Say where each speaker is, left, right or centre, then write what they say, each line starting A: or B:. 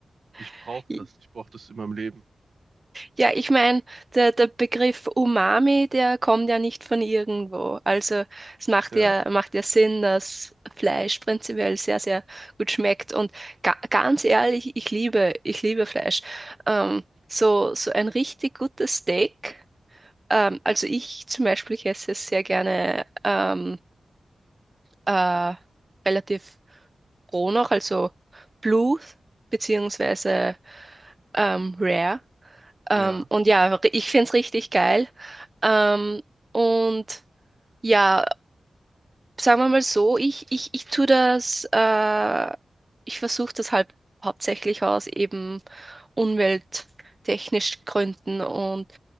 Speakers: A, on the right (about 50°); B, on the right (about 20°).
A: ich
B: <laughs>
A: brauche das, ich brauche das in meinem Leben.
B: Ja, ich meine, der, der Begriff Umami, der kommt ja nicht von irgendwo. Also es macht
A: Ja,
B: ja, macht ja Sinn, dass Fleisch prinzipiell sehr, sehr gut schmeckt. Und ga ganz ehrlich, ich liebe, ich liebe Fleisch. Ähm, so, so ein richtig gutes Steak. Ähm, also ich zum Beispiel ich esse es sehr gerne ähm, äh, relativ roh noch, also Blue beziehungsweise ähm, Rare. Ähm,
A: ja.
B: und ja, ich finde es richtig geil. Ähm, und ja, sagen wir mal so, ich, ich, ich tue das, äh, ich versuche das halt hauptsächlich aus eben umwelttechnisch Gründen und,